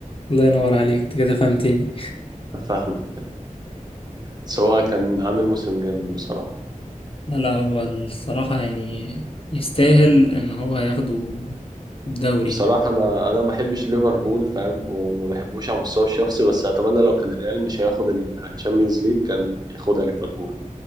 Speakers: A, on the left; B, on the right.
A: الله ينور عليك انت كده فهمتني
B: فاهمك سواء كان عامل موسم جامد بصراحة
A: لا لا هو الصراحة يعني يستاهل ان هو ياخده الدوري
B: بصراحة
A: يعني.
B: أنا أنا ما بحبش ليفربول فاهم وما بحبوش على المستوى الشخصي بس أتمنى لو كان الريال مش هياخد الشامبيونز ليج كان ياخدها ليفربول